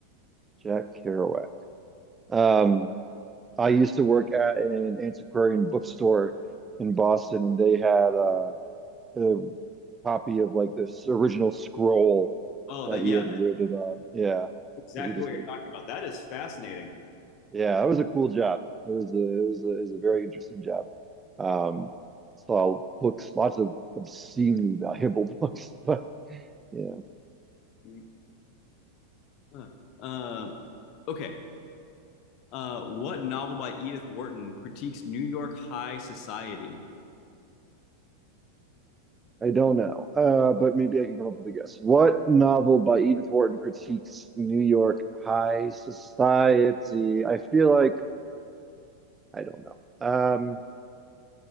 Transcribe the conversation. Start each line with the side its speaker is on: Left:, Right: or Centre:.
Right: Jack Kerouac. Um, I used to work at an antiquarian bookstore in Boston, and they had uh, a copy of like this original scroll
Left: Oh,
Right: that
Left: the
Right: he
Left: yeah,
Right: had
Left: that's
Right: written on. Yeah,
Left: exactly
Right: because he just
Left: what
Right: like
Left: you're talking about. That is fascinating.
Right: yeah, that was a cool job. It was a it was a, it was a very interesting job. Um, saw books, lots of obscenely valuable <laughs> books, but yeah.
Left: Mm, uh, uh, okay. Uh, what novel by Edith Wharton critiques New York high society?
Right: I don't know, uh, but maybe I can come up with a guess. What novel by Edith Wharton critiques New York high society? I feel like I don't know. Um,